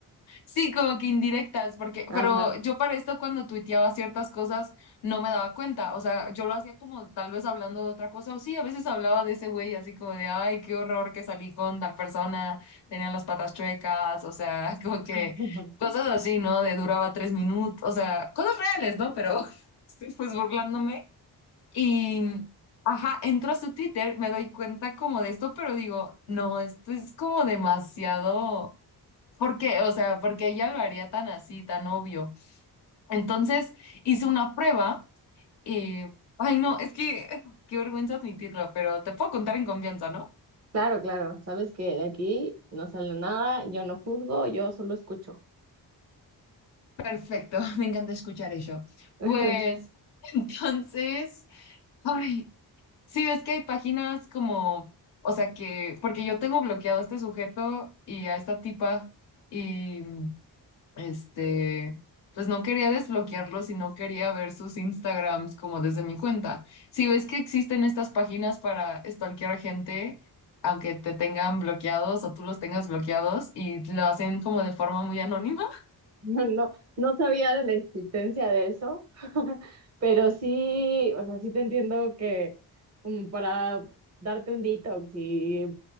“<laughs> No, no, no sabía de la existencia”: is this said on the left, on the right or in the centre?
Right